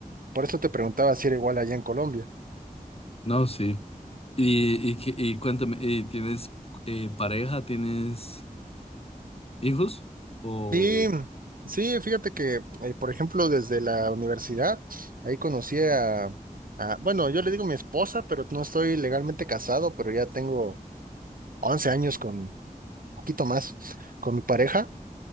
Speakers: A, on the right (about 70°); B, on the left (about 40°).
A: Por eso te preguntaba si era igual allá en Colombia.
B: no, sí. Y, y, que- y cuéntame, ¿y ¿tienes eh, pareja? ¿Tienes hijos? ¿O
A: Sí, sí, fíjate que, eh, por ejemplo, desde la universidad, ahí conocí a, a- bueno, yo le digo mi esposa, pero no estoy legalmente casado, pero ya tengo 11 años con, poquito más, con mi pareja,